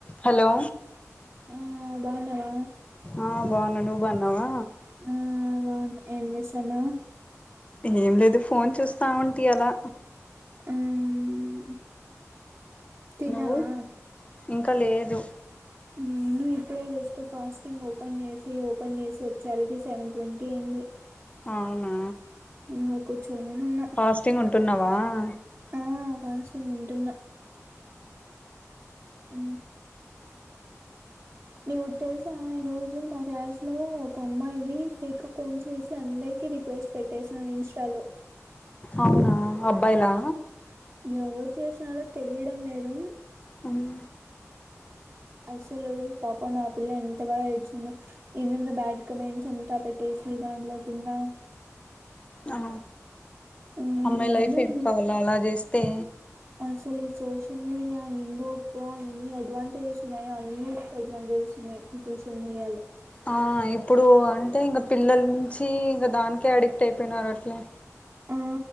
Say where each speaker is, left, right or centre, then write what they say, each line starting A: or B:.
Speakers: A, on the left; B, on the right.
A: Hello
B: ఆ బాగునవా
A: ఆ బావున్నా నువ్వు బావున్నావా
B: ఆ బాగున్నా ఏం చేస్తున్నావ్
A: ఏం లేదు ఫోన్ చూస్తా ఉంటీ ఇఅలా
B: ఊఉ తిన్నవా
A: నువ్వు ఇంకా లేదు
B: నేను ఇప్పుడే జస్ట్ ఫాస్టింగ్ ఓపెన్ చేసి ఓపెన్ చేసి వచ్చాళ్కి సెవెన్ ట్వంటీ అయింది
A: అవునా
B: ఇంకా కూర్చొని ఉన్నా
A: ఫాస్టింగ్ ఉంటున్నావ వా్
B: ఆ బస్ ఉంటున్న అ నీకు తెలుసా ఈ రోజు మా క్లాస్ లో ఒక అమ్మాయిది ఫేక్ అకౌంట్ చేసి అందరికి రిక్వెస్ట్ పెట్టేసినారు ఇన్స్టాలో
A: అవునా అబ్బాయిలా
B: ఎవ్వరు చేస్తున్నారు తెలియడం లేదు
A: ఉమ్
B: అసలు పాపమ్ ఆ పిల్ల ఎంతగా ఏడ్చిందో, ఎందేందో బ్యాడ్ కమెంట్స్ అంతా పెట్టేసి దాంట్లో కింద
A: ఆ
B: మ్
A: అమ్మాయి
B: ఏందో
A: లైఫ్ ఏం
B: ఇది
A: కావాల అలా చేస్ తే
B: అసలు ఈ సోషల్ మీడియా ఇందో తో ఎన్ని అడ్వాంటేజెస్ ఉన్నాయో అన్ని డిస్ అడ్వాంటేజెస్ ఉన్నాయి ఈ సోషల్ మీడియాలో
A: ఆ ఇప్పుడు ఆ అంటే ఇంకా పిల్లల నుంచి ఇంక దానికే అడిక్ట్ అయిపోయినారు అట్లే
B: ఆ